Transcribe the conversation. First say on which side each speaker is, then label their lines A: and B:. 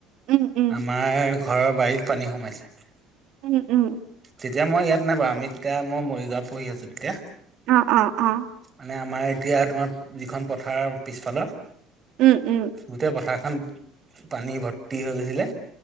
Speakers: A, on the right; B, on the right.
A: উম উম
B: আমাৰ ঘৰৰ বাৰীত পানী সোমাইছে।
A: উম-উম
B: তেতিয়া মই ইয়াত নাই বাৰু আমি এতিয়া মই মৰিগাঁওত পঢ়ি আছো তেতিয়া।
A: অ অ অ
B: মানে আমাৰ এতিয়া তোমাৰ যিখন পথাৰ পিছফালৰ
A: উম উম
B: গোটেই পথাৰখন খন পানী ভৰ্তি হৈ গৈছিলে